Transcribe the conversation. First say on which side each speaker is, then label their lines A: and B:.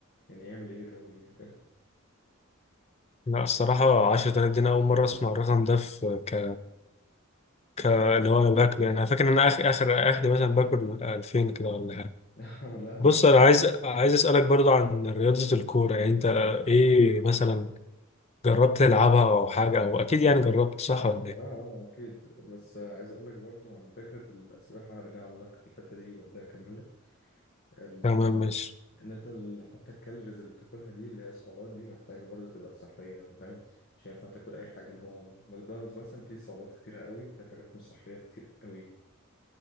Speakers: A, on the left; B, on the left.
A: يعني يعمل ايه الراجل يعني فاهم
B: لا الصراحة 10000 دي أنا أول مرة أسمع الرقم ده في ك... ك... اللي هو أنا باكله يعني أنا فاكر إن أنا آخر آخر آخر مثلا باكل 2000 كده ولا حاجة
A: <laughs> لا
B: بص
A: لا
B: أنا عايز عايز أسألك برضو عن رياضة الكورة يعني أنت إيه مثلا جربت تلعبها أو حاجة أو أكيد يعني جربت صح ولا إيه؟
A: اه اه اكيد بس عايز اقول لك برضو عن فكره السباحه هرجع لك في الحته دي وبعدين اكمل ال
B: تمام ماشي
A: ان انت ال- حتى الكالوريز اللي بتاكلها دي اللي هي السعرات دي محتاجه برضه تبقى صحيه يعني فاهم مش هينفع تاكل اي حاجه اللي هو ماكدونالدز مثلا فيه سعرات كتيره قوي وفيه حاجات مش صحيه كتير قوي